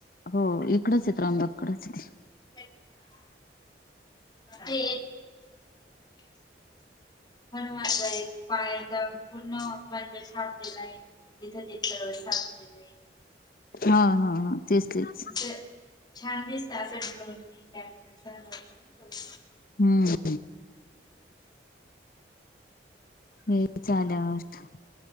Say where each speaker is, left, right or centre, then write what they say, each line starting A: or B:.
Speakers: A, on the left; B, on the left.
A: हो इकडचं आहे त्रंबककडचं आहे.
B: <unintelligible> ते पण माझय पायाचा म्हणजे सापलेला य तिथं सापले <unintelligible>
A: हा. हा. हा तेच तेच
B: ते छान दिसता अस ड्रोन कॅमेरा
A: हम्म. हे झाल्यावर